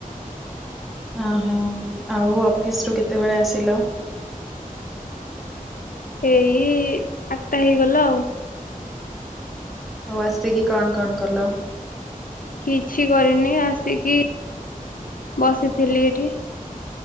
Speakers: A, in the centre; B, on the left.
A: ହ ହଁ ଆଉ ଅଫିସ ରୁ କେତେବେଳେ ଆସିଲ?
B: ଏଇ ଆଠଟା ହେଇଗଲା ଆଉ।
A: ଆଉ ଆସ କିି କଣ କଣ କଲ?
B: କିଛି କରିନି ଆସିକି ବସିଥିଲି ଏଠି।